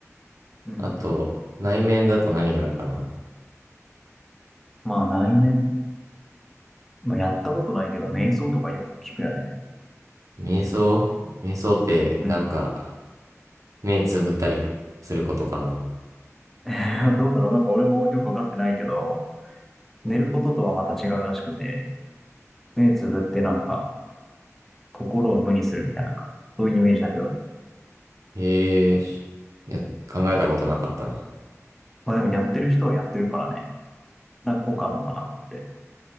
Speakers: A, in the centre; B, on the right.
A: うん。
B: あと、内面だと何があるかな。
A: まあ内面、まあ、やったことないけど、瞑想とかよく聞くよね。
B: 瞑想瞑想って、なんか、
A: うん。
B: 目つぶったりすることかな。
A: <laughs> どうだろうなんか俺もよくわかってないけど、寝ることとはまた違うらしくて、目つぶってなんか心を無にするみたいな、そういうイメージだけど。
B: へえ、しいや、考えたことなかったな。
A: まあでもやってる人はやってるからね。なんか効果あるのかなと思って。